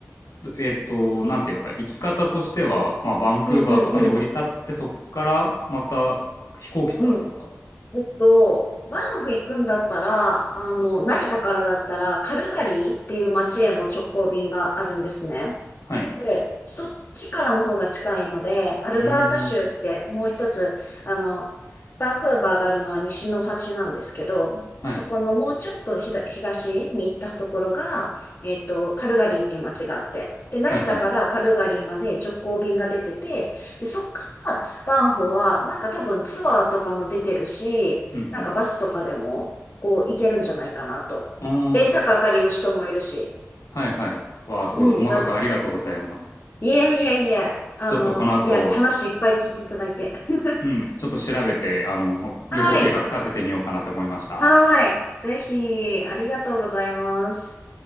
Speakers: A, on the left (about 85°); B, on the left (about 40°).
A: えっと、
B: うん
A: なんていうか、行き方としては、まあ、バンクーバーとかに降り立って、
B: うんうんうん
A: そっからまた飛行機とかですか
B: うん。えっと、バンフ行くんだったら、あの、成田からだったら、カルガリーっていう街への直行便があるんですね。
A: はい。
B: で、そっちからの方が近いので、アルバータ州ってもう一つ、
A: うーん。
B: あの、バンクーバーがあるのは西の端なんですけど、
A: はい。
B: そこのもうちょっとひだ東に行ったところが、えっと、カルガリーっていう街があって、で、成田からカルガリーまで直行便が出てて、
A: はいはい。
B: で、そっからバンフは、なんか多分ツアーとかも出てるし、
A: うん
B: なんかバスとかでも、こう行けるんじゃないかなと。
A: うん。
B: レンタカー借りる人もいるし、
A: ああ、はいはい。わあ、すごい細かくありがとうございます。
B: うん、ザいやいやいや、あの、
A: ちょっとこの後、
B: いや、話いっぱい聞いていただいて。<laughs>
A: うん、ちょっと調べて、あの、
B: はい。
A: 旅行計画立ててみようかなって思いました。
B: はい。ぜひ、ありがとうございます。